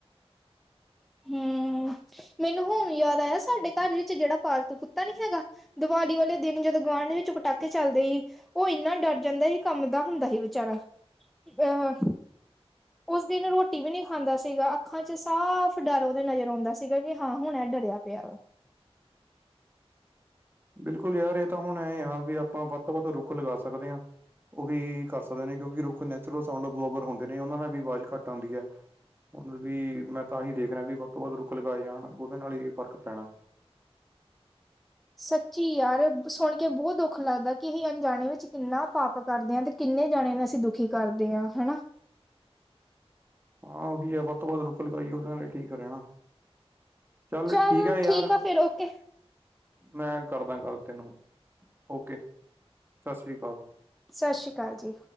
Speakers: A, on the right; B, in the centre.
A: <inaudible>
B: ਹਮ ਮੈਨੂੰ ਹੁਣ ਯਾਦ ਆਇਆ ਸਾਡੇ ਘਰ ਵਿੱਚ ਜਿਹੜਾ ਪਾਲਤੂ ਕੁੱਤਾ ਨੀ ਹੈਗਾ। ਦੀਵਾਲੀ ਵਾਲੇ ਦਿਨ ਜਦੋਂ ਗੁਆਂਢ ਵਿੱਚ ਪਟਾਕੇ ਚੱਲਦੇ ਸੀ। ਓ ਇੰਨਾ ਡਰ ਜਾਂਦਾ ਸੀ ਕੰਬਦਾ ਹੁੰਦਾ ਸੀ ਵਿਚਾਰਾ ਅਹ ਉਸ ਦਿਨ ਰੋਟੀ ਵੀ ਨੀ ਖਾਂਦਾ ਸੀਗਾ ਅੱਖਾਂ ਚ ਸਾਫ਼ ਡਰ ਉਹਦੇ ਨਜ਼ਰ ਆਉਂਦਾ ਸੀਗਾ ਕਿ ਹਾਂ ਹੁਣ ਏ ਡਰਿਆ ਪਿਆ ਵਾ।
A: ਬਿਲਕੁੱਲ ਯਾਰ ਏ ਤਾਂ ਹੁਣ ਐ ਆ ਵੀ ਆਪਾਂ ਵੱਧ ਤੋਂ ਵੱਧ ਰੁੱਖ ਲਗਾ ਸਕਦੇ ਆ। ਉਹੀ ਕਰ ਸਕਦੇ ਨੇ ਕਿਉਂਕਿ ਰੱਖ ਨੈਚੁਰਲ ਸਾਊਂਡ ਅਬਜ਼ੋਰਬਰ ਹੁੰਦੇ ਨੇ ਉਹਨਾਂ ਨਾਲ ਵੀ ਆਵਾਜ਼ ਘੱਟ ਆਂਦੀ ਐ। ਹੁਣ ਵੀ ਮੈਂ ਤਾਂ ਅਹੀ ਦੇਖ ਰਿਹਾ ਵੀ ਵੱਧ ਤੋਂ ਵੱਧ ਰੁੱਖ ਲਗਾਏ ਜਾਣ ਉਹਦੇ ਨਾਲ ਹੀ ਫ਼ਰਕ ਪੈਣਾ।
B: ਸੱਚੀ ਯਾਰ ਸੁਣ ਕੇ ਬਹੁਤ ਦੁੱਖ ਲੱਗਦਾ ਕਿ ਅਸੀਂ ਅਣਜਾਣੇ ਵਿੱਚ ਕਿੰਨਾ ਪਾਪ ਕਰਦੇ ਆ ਤੇ ਕਿੰਨੇ ਜਣੇ ਨੇ ਅਸੀਂ ਦੁਖੀ ਕਰਦੇ ਆ ਹਨਾ।
A: ਹਾਂ ਉਹੀ ਐ ਵੱਧ ਤੋਂ ਵੱਧ ਰੁੱਖ ਲਗਾਈਏ ਉਹਦੇ ਨਾਲ ਠੀਕ ਰਹਿਣਾ। ਚੱਲ
B: ਚਲ
A: ਠੀਕ ਐ ਯਾਰ।
B: ਆ ਫਿਰ ਓਕੇ
A: ਮੈਂ ਕਰਦਾ ਗੱਲ ਤੈਨੂੰ ਓਕੇ ਸਤਿ ਸ੍ਰੀ ਅਕਾਲ।
B: ਸਤਿ ਸ਼੍ਰੀ ਅਕਾਲ ਜੀ।